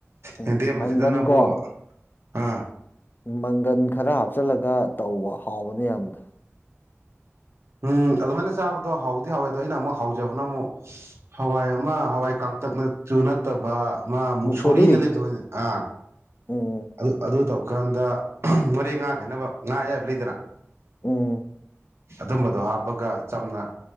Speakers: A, on the left (about 40°); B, on the right (about 60°).
A: ꯎꯝ
B: ꯌꯦꯡꯗꯦꯝꯗꯅꯕꯨ
A: ꯃꯪꯒꯟ ꯀꯣ
B: ꯑꯥ
A: ꯃꯪꯒꯟ ꯈꯔ ꯍꯥꯞꯆꯤꯜꯂꯒ ꯇꯧꯕ ꯍꯥꯎꯕꯅꯦ ꯌꯥꯝꯅ
B: ꯎꯝ ꯑꯗꯨꯃꯥꯏꯅ ꯆꯥꯕꯗꯣ ꯍꯥꯎꯗꯤ ꯍꯥꯎꯋꯦ ꯑꯗꯣ ꯑꯩꯅ ꯑꯃꯨꯛ ꯍꯥꯎꯖꯕꯅ ꯑꯃꯨꯛ ꯍꯋꯥꯏ ꯑꯃ ꯍꯋꯥꯏ ꯄꯥꯡꯇꯛꯅꯁꯨꯨ ꯅꯠꯇꯕ ꯃꯥ ꯃꯨꯛꯁꯣꯔꯤꯅ
A: ꯃꯨꯛꯁꯣꯔꯤ
B: ꯂꯩꯕꯗꯅꯦ ꯑꯥ
A: ꯎꯝ
B: ꯑꯗꯨ ꯑꯗꯨ ꯇꯧ ꯋꯥꯈꯥꯟꯗ ꯃꯣꯔꯦ ꯉꯥ ꯈꯥꯏꯅꯕ ꯉꯥ ꯌꯥꯌꯥꯏꯕ ꯂꯩꯗꯅ
A: ꯎꯝ
B: ꯑꯗꯨꯝꯕꯗꯣ ꯍꯥꯞꯄꯒ ꯆꯝꯅ